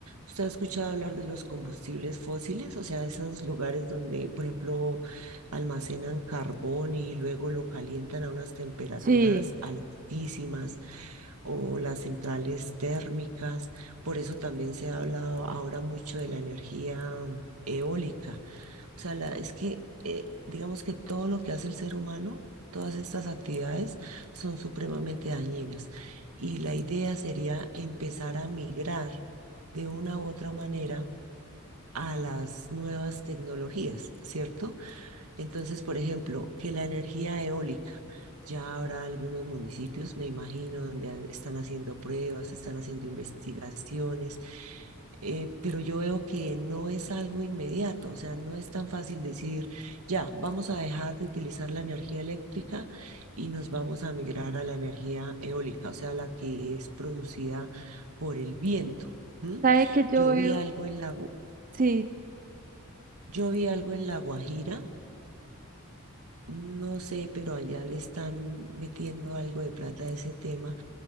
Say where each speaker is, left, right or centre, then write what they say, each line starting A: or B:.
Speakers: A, on the right; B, on the right.
A: ¿Usted ha escuchado hablar de los combustibles fósiles? O sea, esos lugares donde, por ejemplo, almacenan carbón y luego lo calientan a unas temperaturas
B: Sí,
A: altísimas o las centrales térmicas. Por eso también se habla ahora mucho de la energía eólica o sea, la- es que eh, digamos que todo lo que hace el ser humano, todas estas actividades son supremamente dañinas. Y la idea sería empezar a migrar de una u otra manera a las nuevas tecnologías, ¿cierto? Entonces, por ejemplo, que la energía eólica, ya habrá algunos municipios, me imagino, donde han- están haciendo pruebas, están haciendo investigaciones, eh, pero yo veo que no es algo inmediato, o sea, no es tan fácil decir, ya, vamos a dejar de utilizar la energía eléctrica y nos vamos a migrar a la energía eólica, o sea, la que es producida por el viento. ¿m?
B: ¿sabe que yo
A: Yo
B: veo?
A: vi algo en la, Gu-
B: Sí,
A: yo vi algo en La Guajira No sé, pero allá le están metiendo algo de plata a ese tema